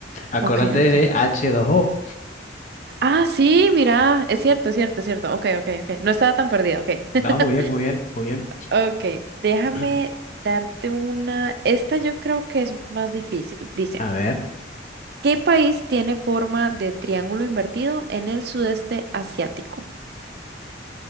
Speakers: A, on the left (about 40°); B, on the right (about 55°).
A: Acordate
B: Okay, okay.
A: de h dos o
B: Ah, sí, mira, es cierto, es cierto, es cierto. Okay, okay, okay. No estaba tan perdida, Okay.
A: No,
B: <laughs>
A: muy bien, muy bien, muy bien.
B: Okay. déjame
A: <clears throat>
B: darte una. Esta yo creo que es más difícil. Dice,
A: A ver,
B: ¿qué país tiene forma de triángulo invertido en el sudeste asiático?